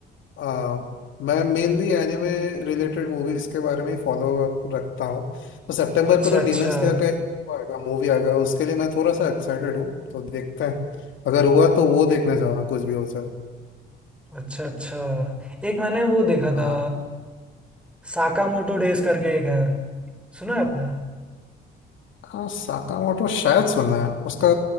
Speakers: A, on the left; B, in the centre.
A: आ, मैं मेनली एनिमे रिलेटेड मूवीज के बारे में फॉलो अप रखता हूँ तो सितंबर
B: अच्छा
A: को तो
B: अच्छा
A: डीमन स्लेयर का एक वो आएगा मूवी आएगा उसके लिए मैं थोड़ा सा एक्साइटेड हूँ तो देखते हैं अगर हुआ तो वो देखने जाऊंगा कुछ भी हो जाए
B: अच्छा अच्छा एक मैंने वो देखा
A: हाँ
B: था साकामोटो डेज करके एक है सुना है आपने
A: हाँ साकामोटो शायद सुना है उसका